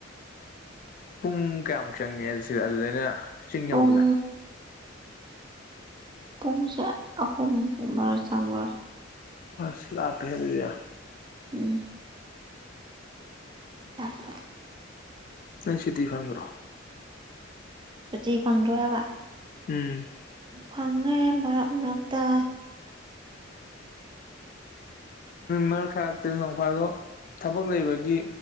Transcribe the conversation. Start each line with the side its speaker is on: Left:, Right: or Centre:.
Left: ꯄꯨꯡ ꯀꯌꯥꯃꯨꯛ ꯆꯪꯉꯦ ꯁꯤꯗ ꯑꯗꯨꯗꯩꯅ ꯆꯤꯡ
Right: ꯄꯨꯡ
Left: ꯌꯧꯕꯗ꯫
Right: ꯄꯨꯡꯁꯦ ꯑꯍꯨꯝꯒꯨꯝꯕꯔ ꯆꯪꯕ꯭ꯔꯣ꯫
Left: ꯑꯁ ꯂꯥꯞꯄꯦꯍꯦ ꯑꯗꯨꯗꯤ꯫
Right: ꯎꯝ꯫ ꯂꯥꯞꯄ꯫
Left: ꯅꯣꯏ ꯁꯨꯇꯤ ꯐꯪꯗ꯭ꯔꯣ꯫
Right: ꯁꯨꯇꯤ ꯐꯪꯗ꯭ꯔꯣ ꯍꯥꯏꯕ꯫
Left: ꯎꯝ꯫
Right: ꯐꯪꯉꯦ ꯃꯔꯛ ꯃꯔꯛꯇ꯫
Left: ꯃꯔꯛ ꯁꯥꯔꯛꯇꯁꯨ ꯅꯣꯡꯐꯥꯗꯣꯛ ꯊꯕꯛ ꯂꯩꯕꯒꯤ꯫